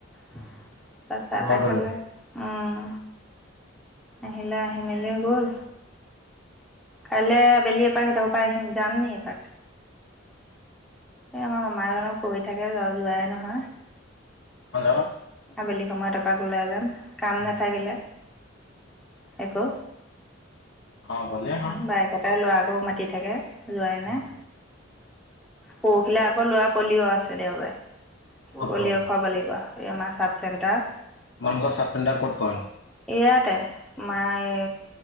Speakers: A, in the centre; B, on the left.
A: তাৰ পৰা চাহ
B: ঘৰটোলৈ
A: টা খালে উম। আহিলে আহি মেলি গ'ল। কাইলৈ আবেলি সঁতৰ পৰাই আহিম যাম নি এপাক আমাৰ মামা কব <unintelligible> থাকে যাওঁ যোৱাই নহয়
B: নাযাবা?
A: আবেলি সময়ত এপাক ওলাই যাম কাম নাথাকিলে একো।
B: অ' গ'লেই হ'ল।
A: বাইকতে লৰাতো মাতি থাকে যোৱাই নাই পৰখিলে আকৌ লোৱা পলিঅ' আছে দেওবাৰে
B: ক'ত
A: পলিঅ'
B: কৰে?
A: খুৱাব লাগিব। এই আমাৰ চাব চেণ্টাৰ।
B: তোমালোকৰ চাব চেণ্টাৰ ক'ত পৰে
A: ইয়াতে আমা এ